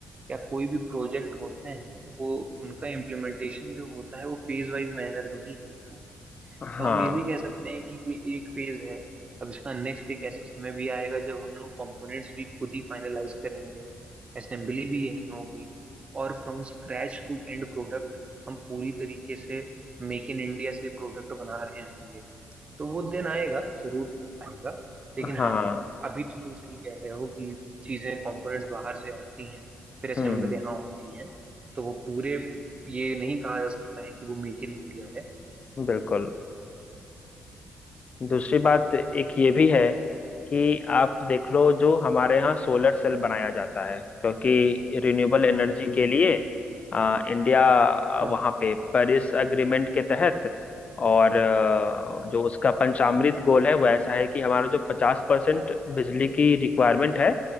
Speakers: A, on the right; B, on the left.
A: या कोई भी प्रोजेक्ट होते हैं वो उनका इम्प्लीमेंटेशन जो होता है वो फेज वाइज मैनर में ही होता है
B: हाँ
A: तो हम ये भी कह सकते हैं कि ये एक फेज है अब इसका नेक्स्ट एक ऐसा समय भी आएगा जब हम लोग कंपोनेंट्स भी खुद ही फाइनलाइज करेंगे असेंबली भी यही होगी और from scratch to end product हम पूरी तरीके से मेक इन इंडिया से प्रोडक्ट बना रहे होंगे तो वो दिन आएगा जरूर आएगा लेकिन हाँ
B: हाँ
A: अभी तो तुम सही कह रहे हो कि चीजें कंपोनेंट्स बाहर से आती हैं फिर असेंबल
B: हम्म
A: यहाँ होती हैं तो वो पूरे ये नहीं कहा जा सकता है कि वो मेक इन इंडिया है
B: बिल्कुल दूसरी बात एक ये भी है कि आप देख लो जो हमारे यहाँ सोलर सेल बनाया जाता है क्योंकि रिन्यूएबल एनर्जी
A: हम्म
B: के लिए आ, इंडिया आ,
A: हाँ
B: वहाँ पे पेरिस अग्रीमेंट के तहत और आ, जो उसका पंचामृत गोल है वो ऐसा है कि हमारा जो पचास परसेंट बिजली की रिक्वायरमेंट है